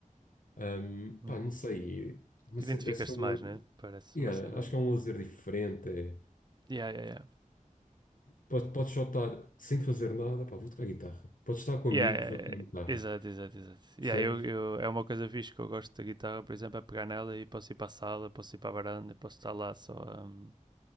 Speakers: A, on the left; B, on the right.
A: Ahm,
B: Uhum.
A: pá, não sei. Mas
B: Identificas-te
A: deve ser um...
B: mais, né? Parece
A: yeah,
B: uma cena.
A: acho que é um lazer diferente. é
B: Yeah, yeah, yeah.
A: Podes, podes só estar sem fazer nada, pá, vou tocar guitarra. Podes estar com amigos,
B: Yeah, é-
A: vou tocar guitarra.
B: Exato, exato, exato.
A: Percebes?
B: Yeah, eu, eu, é uma coisa fixe que eu gosto da guitarra, por exemplo, é pegar nela e posso ir para a sala, posso ir para a varanda, posso estar lá só. hum,